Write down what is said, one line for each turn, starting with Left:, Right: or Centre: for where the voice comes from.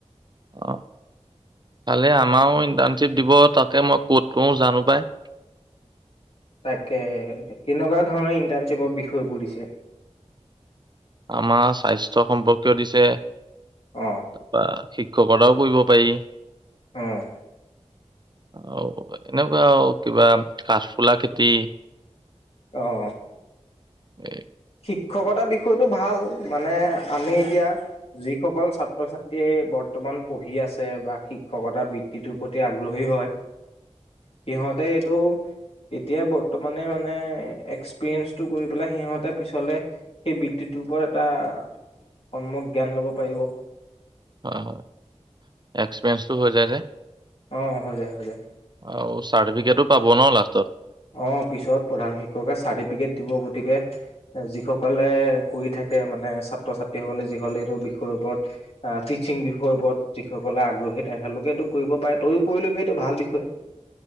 Right: অ, ভালে আমাৰো ইণ্টাৰ্ণশ্বিপ দিব তাকে মই কত কৰো জানো পাই।
Left: তাকে, কেনেকুৱা ধৰণৰ ইন্টাৰ্ণশ্বিপৰ বিষয়বোৰ দিছে।
Right: আমাৰ স্বাস্থ্য সম্পৰ্কীয় দিছে।
Left: অ
Right: তাৰপৰা সে- শিক্ষকতাও কৰিব পাৰি।
Left: আহ।
Right: অ এনেকুৱা আৰু কিবা কাঠফুলা খেতি।
Left: আহ।
Right: উ <inaudible>
Left: শিক্ষকতাৰ বিষয়টো ভাল। মানে আমি এতিয়া, যিসকল ছাত্ৰ ছাত্ৰীয়ে বৰ্তমান পঢ়ি আছে বা শিক্ষকতা বৃত্তিটোৰ প্ৰতি আগ্ৰহী হয়, সিহঁতে এইটো এতিয়া বৰ্তমানে মানে এক্সপিৰিয়েঞ্চটো কৰি পেলাই সিহঁতে পিছলে, সেই বৃত্তিটোৰ ওপৰত এটা সময়ক জ্ঞান ল'ব পাৰিব।
Right: হয় হয় এক্সপিৰিয়েঞ্চটো হৈ যায় যে।
Left: অ, হৈ যায়, হৈ যায়।
Right: আৰু চাৰ্টিফিকেটো পাব ন লাষ্টত।
Left: অ পিছত প্ৰধান শিক্ষকে চাৰ্টিফিকেট দিব গতিকে যিসকলে কৰি থাকে মানে ছাত্ৰ ছাত্ৰীসকলে যিসকলে এইটো বিষয়ৰ ওপৰত টিচিং বিষয়ৰ ওপৰত যিসকলে আগ্ৰহী, তেখেতলোকেতো কৰিব পাৰে তয়ো কৰি লবি এইটো ভাল বিষয়।